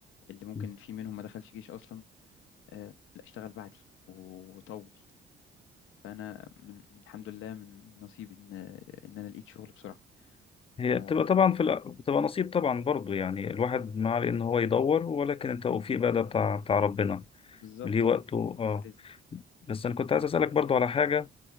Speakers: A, on the left; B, on the left.
A: اللي ممكن
B: ف...
A: في منهم ما دخلش جيش اصلا آه لا اشتغل بعدي وطول فانا من الحمد لله من نصيبي ان ان انا لقيت شغل بسرعه
B: هي
A: ف-
B: بتبقى طبعا في الأ- بتبقى نصيب طبعا برضو يعني الواحد ما عليه ان هو يدور ولكن التوفيق بقى ده بتاع بتاع ربنا
A: بالظبط
B: ليه وقته
A: اه
B: اه
A: ورزق
B: بس انا كنت عايز اسالك برضو على حاجه